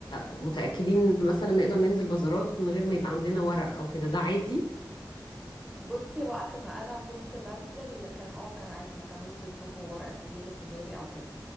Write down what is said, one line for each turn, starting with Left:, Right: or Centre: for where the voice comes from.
Left: متاكدين إن مثلا نقدر ننزل بازارات من غير ما يبقى عندنا ورق او كده ده عادي
Centre: بصي وقت ما انا كنت بنزل كان اه كان عادي ما كانوش بيطلبوا ورق السجل التجاري او كده